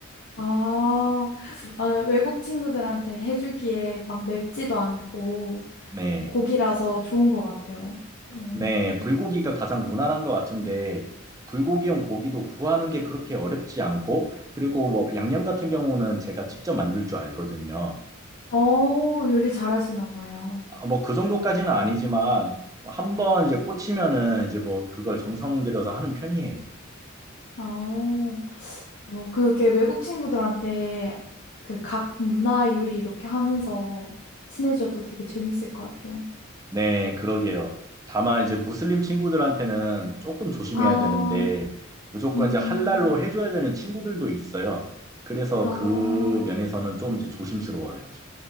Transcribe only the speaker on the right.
네.
네. 불고기가 가장 무난한 것 같은데 불고기용 고기도 구하는 게 그렇게 어렵지 않고 그리고 뭐 양념 같은 경우는 제가 직접 만들 줄 알거든요.
아, 뭐그 정도까지는 아니지만 한 번 이제 꽂히면은 이제 뭐 그걸 정성 들여서 하는 편이에요.
네, 그러게요. 다만 이제 무슬림 친구들한테는 조금 조심해야
되는데 무조건
이제 할랄로 해줘야 되는 친구들도 있어요. 그래서
그 면에서는 좀 이제 조심스러워요. 저.